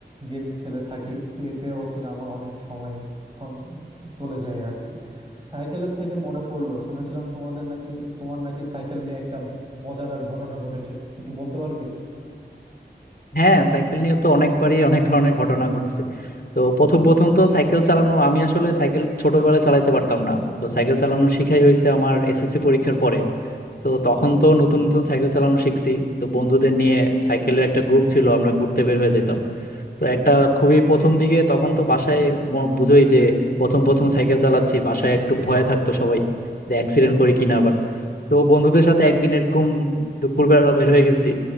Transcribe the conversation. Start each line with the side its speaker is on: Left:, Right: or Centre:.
Right: গেমস খেলে থাকি তো এতে হচ্ছে গিয়ে আমার অনেক সময় হম চলে যায় আর কি সাইকেলের থেকে মনে পড়লো শুনেছিলাম তোমাদের নাকি তোমার নাকি সাইকেল নিয়ে একটা মজাদার ঘটনা ঘটেছে কিছু বলতে পারবে
Left: হ্যাঁ সাইকেল নিয়ে তো অনেকবারই অনেক ধরনের ঘটনা ঘটছে তো প্রথম প্রথম তো সাইকেল চালানো আমি আসলে সাইকেল ছোটবেলায় চালাতে পারতাম না তো সাইকেল চালানো শিখাই হয়েছে আমার এসএসসি পরীক্ষার পরে তো তখন তো নতুন নতুন সাইকেল চালানো শিখছি তো বন্ধুদের নিয়ে সাইকেলের একটা গ্রুপ ছিল আমরা ঘুরতে বের হয়ে যেতাম তো একটা খুবই প্রথম দিকে তখন তো বাসায় ম- বুঝোই যে প্রথম প্রথম সাইকেল চালাচ্ছি বাসায় একটু ভয়ে থাকতো সবাই যে অ্যাক্সিডেন্ট করি কিনা আবার তো বন্ধুদের সাথে একদিন এরকম দুপুরবেলা বের হয়ে গেছি